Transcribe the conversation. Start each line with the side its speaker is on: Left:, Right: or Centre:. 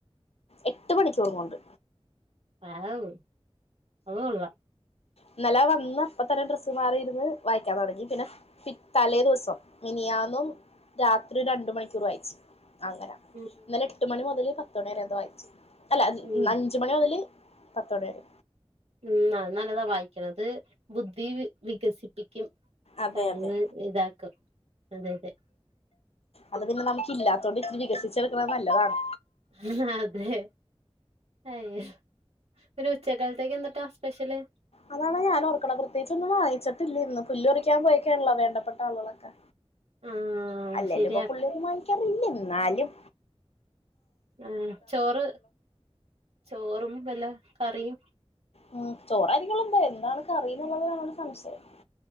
Left: എട്ട് മണിക്കൂറും കൊണ്ട്
Right: ആഹ് അതുകൊള്ളാ
Left: ഇന്നല വന്ന് അപ്പതന്നെ ഡ്രസ്സ്മാറിയിരുന്ന് വായിക്കാൻ തൊടങ്ങി പിന്നെ പിറ്റ തലേദിസം മിനിയാന്നും രാത്രി രണ്ട് മണിക്കൂർ വായിച്ച് അങ്ങനാ
Right: ഉം
Left: ഇന്നല എട്ടുമണി മുതല് പത്തുമണിവരെക്കൊ വായിച്ചു അല്ല
Right: ഉം
Left: അഞ്ചുമണി മെതല് പത്തുമണിവരെ
Right: ഉം അത് നല്ലതാ വായിക്കണത് ബുദ്ധി വിക വികസിപ്പിക്കും
Left: അതെ
Right: കഴിവ്
Left: അതെ
Right: ഇതാക്കും അതെയതെ
Left: അത് പിന്നെ നമക്കില്ലാത്തതോണ്ട് ഇത്തിരി വികസിച്ചെട്ക്ക്ണെ നല്ലതാണ്
Right: ആഹ് അതേ അയോ പിന്നെ ഉച്ചക്കെൽത്തേക്കെന്തൂട്ടാ സ്പെഷെല്
Left: അതാണ് ഞാനോർക്ക്ണ പ്രത്യേക്ച്ചൊന്നും വാങ്ങിച്ചിട്ടില്ല ഇന്ന് പുല്ല് പറിയ്ക്കാൻ പോയേക്ക്യാണല്ലോ വേണ്ടപ്പെട്ട ആള്കളൊക്കെ
Right: ആഹ്
Left: അല്ലേലുപ്പൊ
Right: ശരിയാ
Left: പുള്ളിയൊന്നും വാങ്ങിയ്ക്കാറില്ലെന്നാലും
Right: ആഹ് ചോറ് ചോറും പെന്നെ കറിയും
Left: ഉം ചോറായ്രിക്കാെള്ളെന്തായാലും ന്താണ് കറീന്നുള്ളതാണൊരു സംശയം